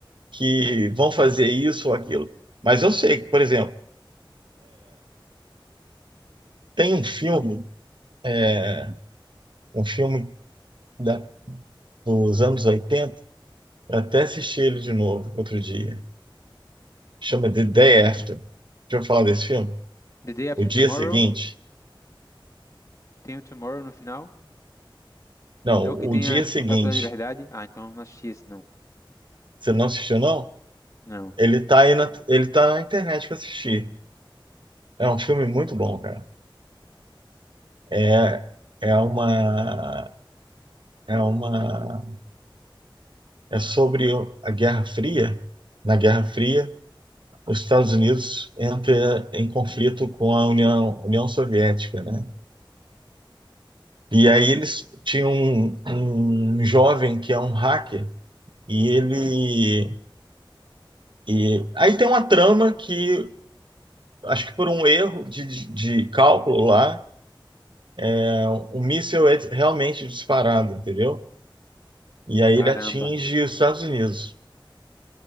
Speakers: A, on the right; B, on the left.
A: que vão fazer isso ou aquilo. Mas eu sei que, por exemplo, tem um filme, é, um filme da- dos anos oitenta eu até assisti ele de novo outro dia, chama The Day After. Já ouviu falar desse filme?
B: The Day After
A: O Dia
B: Tomorrow,
A: Seguinte?
B: tem o Tomorrow no final.
A: Não,
B: É o que
A: O
B: tem
A: Dia
B: a Estátua
A: Seguinte.
B: da Liberdade. Ah, então eu não assisti esse, não.
A: Você não assistiu, não?
B: Não.
A: Ele tá aí na, ele tá na internet para assistir. É um filme muito bom, cara. É, é uma, é uma, é sobre o- a Guerra Fria. Na Guerra Fria, os Estados Unidos entra em conflito com a União, União Soviética, né? E aí eles tinham um, um jovem que é um hacker e ele e aí tem uma trama que acho que por um erro de, de, de cálculo lá, é, o míssil é realmente disparado, entendeu? E aí
B: Caramba.
A: ele atinge os Estados Unidos.